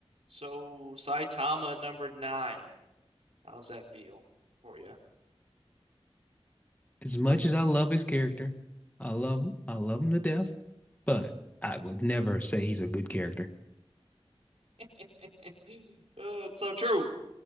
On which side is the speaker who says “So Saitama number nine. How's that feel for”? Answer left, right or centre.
Right